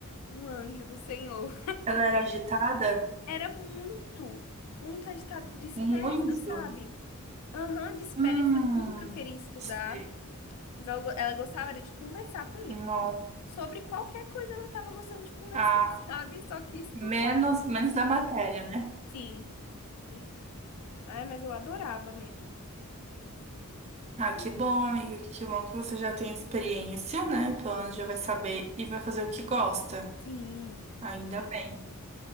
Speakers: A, on the left (about 85°); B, on the right (about 30°).
A: um anjo do Senhor.
B: Ela era agitada?
A: Era muito, muito agitada, dispersa,
B: Muito.
A: sabe? Aham, dispersa,
B: Hum,
A: nunca queria estudar.
B: sei.
A: Mas ela, go- ela gostava era de conversar comigo.
B: Nossa.
A: Sobre qualquer coisa ela tava gostando de conversar,
B: Ah,
A: <laughs> sabe? Só que estudar
B: menos,
A: era
B: menos
A: difícil.
B: da matéria, né?
A: Sim. Sim. Ai, mas eu adorava mesmo.
B: Ah, que bom, amiga, que bom que você já tem experiência, né? Pelo menos já vai saber e vai fazer o que gosta.
A: Sim.
B: Ainda
A: sim.
B: bem,